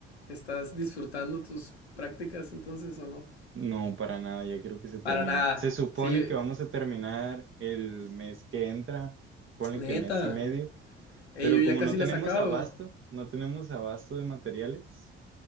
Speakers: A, on the left; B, on the right.
A: ¿estás disfrutando tus prácticas entonces o no?
B: no, para nada, ya quiero que se termine.
A: Para nada.
B: Se supone
A: Sí,
B: que vamos a terminar el mes que entra, ponle
A: neta.
B: que mes y medio,
A: Ey,
B: pero
A: yo ya
B: como
A: casi
B: no tenemos
A: la sacaba.
B: abasto, no tenemos abasto de materiales,